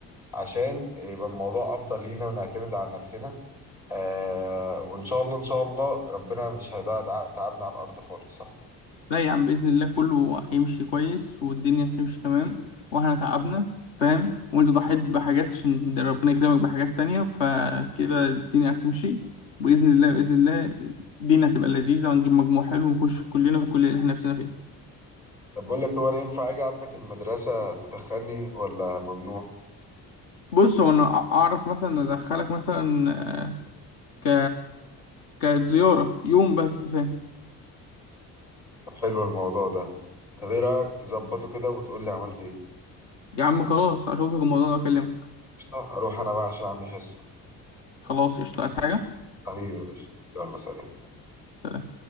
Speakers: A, on the left; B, on the left.
A: عشان يبقى الموضوع أفضل لينا ونعتمد على نفسنا آه وان شاء الله ان شاء الله ربنا مش هيدع تعبنا على الارض خالص صح
B: لا يا عم بإذن الله كله هيمشي كويس والدنيا هتمشي تمام واحنا تعبنا فاهم وانت ضحيت بحاجات عشان ربنا يكرمك بحاجات تانية فكده الدنيا هتمشي بإذن الله بإذن الله الدنيا هتبقى لذيذة وهنجيب مجموع حلو ونخش كلنا الكلية اللي احنا نفسنا فيها
A: طب بقول لك هو انا ينفع اجي عندك المدرسه تدخلني ولا ممنوع
B: بص هو انا أع- اعرف مثلا ادخلك مثلا آه، ك كزيارة يوم بس فاهم
A: طب حلو الموضوع ده طب ايه رايك تظبطه كده وتقول لي عملت ايه
B: يا عم خلاص اشوفك الموضوع ده واكلمك
A: قشطه اروح انا بقى عشان عندي حصه
B: خلاص قشطة عايز حاجة؟
A: حبيبي يا باشا يلا سلام
B: سلام.